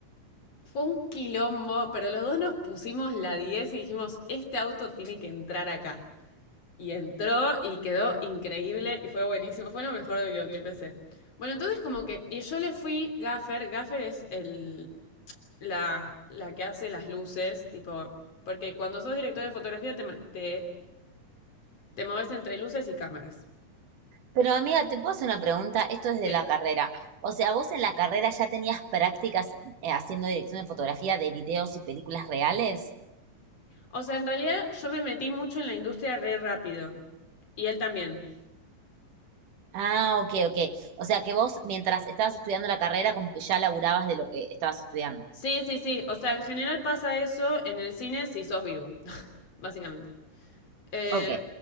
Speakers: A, on the left (about 50°); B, on the right (about 70°).
A: Fue un quilombo, pero los dos nos pusimos la 10 y dijimos, este auto tiene que entrar acá. Y entró y quedó increíble y fue buenísimo. Fue lo mejor del videoclip ese. Bueno, entonces como que... Y yo le fui Gaffer. Gaffer es el... La, la que hace las luces, tipo... Porque cuando sos director de fotografía te, te, te moves entre luces y cámaras.
B: Pero amiga, te puedo hacer una pregunta. Esto es de
A: Sí.
B: la carrera. O sea, vos en la carrera ya tenías prácticas eh, haciendo dirección de fotografía de videos y películas reales.
A: O sea, en realidad yo me metí mucho en la industria re rápido. Y él también.
B: Ah, ok, ok. O sea, que vos mientras estabas estudiando la carrera como que ya laburabas de lo que estabas estudiando.
A: Sí, sí, sí. O sea, en general pasa eso en el cine si sos vivo, <laughs> básicamente. Eh,
B: Ok,